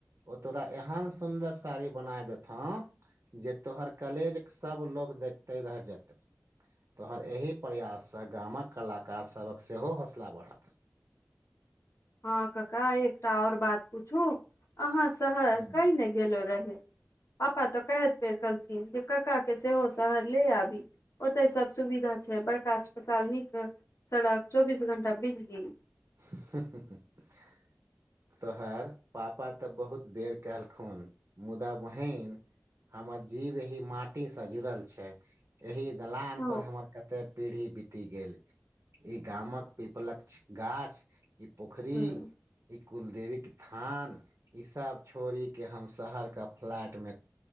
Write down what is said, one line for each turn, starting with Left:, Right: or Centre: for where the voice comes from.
Right: ओ तोरा एहन सुन्दर साड़ी बनाय देतहौं जे तोहर कलेजक सब लोग देखते रह जेतौ। तोहर एहि प्रयाससँ गामक कलाकार सभक सेहो हौसला बढ़त।
Left: हँ कक्का एकटा आओर बात पूछु अहाँ शहर
Right: हूँ
Left: कइ ने गेलो रहे। पप्पा तऽ कै फेर कहलथिन जे कक्का के सेहो शहर ले आभी। ओतय सब सुविधा छै बड़का अस्पताल नीक सड़क चौबीस घंटा बिजली।
Right: <inaudible> तोहर पापा तऽ बहुत बेर कहलखुन मुदा बहिन हमर जीव यही माटी स जुड़ल छै। एहि दलान
Left: हँ
Right: पर हमर कते पीढ़ी बीति गेल इ गामक पीपलक गाछ ई पोखरी
Left: ह
Right: ई कुलदेवी क थान ईसभ छोड़ि के हम शहरके फ्लैटमे